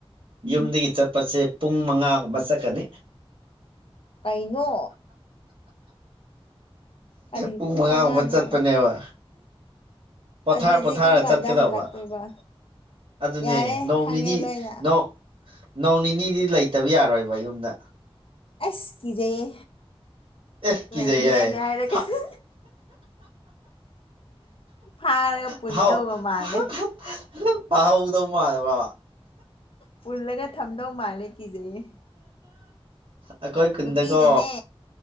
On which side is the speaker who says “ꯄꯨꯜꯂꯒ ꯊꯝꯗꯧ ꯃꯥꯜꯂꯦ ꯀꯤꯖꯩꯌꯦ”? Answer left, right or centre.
Left